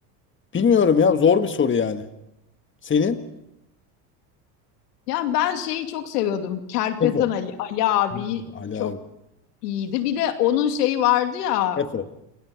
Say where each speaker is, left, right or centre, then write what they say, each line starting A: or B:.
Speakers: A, on the left; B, on the left.
A: Bilmiyorum ya. Zor bir soru yani. Senin?
B: Yani ben şeyi çok seviyordum. Kerpeten
A: Tefo.
B: Ali, Ali abi
A: Hmm, Ali
B: çok
A: abi.
B: iyiydi. Bir de onun şeyi vardı ya
A: Tefo.